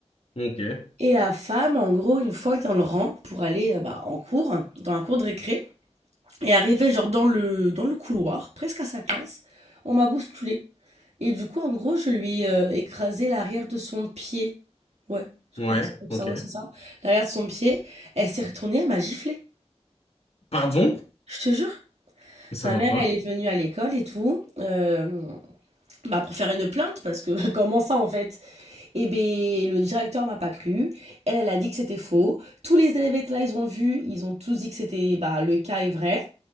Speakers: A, on the left; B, on the right.
A: Ok.
B: Et la femme, en gros, une fois était dans le rang pour aller euh, bah, en cours, dans la cour de récré. Et arrivé genre dans le, dans le couloir, presque à sa classe, on m'a bousculé. Et du coup, en gros, je lui ai euh, écrasé l'arrière de son pied. Ouais, je
A: Ouais.
B: crois que c'est comme ça,
A: Ok.
B: ouais, c'est ça. L'arrière de son pied. Elle s'est retournée, elle m'a giflé.
A: Pardon?
B: Je te jure.
A: Mais ça
B: Ma
A: va
B: mère,
A: pas.
B: elle est venue à l'école et tout, euh, bah pour faire une plainte, parce que <laughs> comment ça en fait? Eh ben, le directeur m'a pas cru. Elle, elle a dit que c'était faux. Tous les élèves étaient là, ils ont vu, ils ont tous dit que c'était, bah, le cas est vrai.